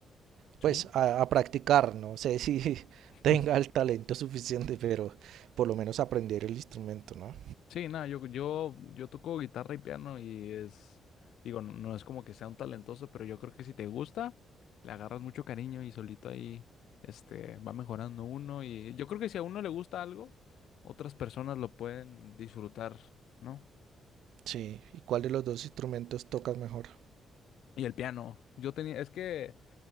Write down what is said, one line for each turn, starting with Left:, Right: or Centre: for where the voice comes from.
Left: sí.
Right: Pues a, a practicar, no sé <laughs> si
Left: <laughs>
Right: tenga el talento suficiente, pero por lo menos aprender el instrumento, ¿no?
Left: Sí, nada, yo, yo, yo toco guitarra y piano y es, digo, no, no es como que sea un talentoso, pero yo creo que si te gusta, le agarras mucho cariño y solito ahí, este, va mejorando uno y yo creo que si a uno le gusta algo, otras personas lo pueden disfrutar, ¿no?
Right: Sí, ¿y cuál de los dos instrumentos tocas mejor?
Left: Y el piano, yo tenía, es que